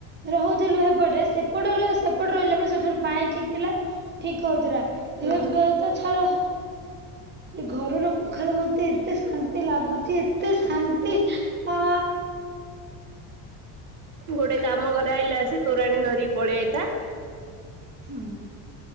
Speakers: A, on the right; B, on the right.
A: ରହୁଥିଲୁ ହେପଟେ ସେପଟର ସେପଟେ ରହିଲା ବେଳେ ସେଠାର ପାଣି ଠିକ ଥିଲା। ଠିକ କହୁଥିଲା
B: ହୁଁ
A: ଏବେ ତ ଛାଡ଼ ଏ ଘରର ପଖାଳ ମତେ ଏତେ ଶାନ୍ତି ଲାଗୁଛି ଏତେ ଶାନ୍ତି। ଆ
B: ଗୋଟେ କାମ କରେ ଆଇଲା ଆସିକି ତୋରାଣୀ ଧରିକି ପଳି ଆଇଥା।
A: ହୁଁ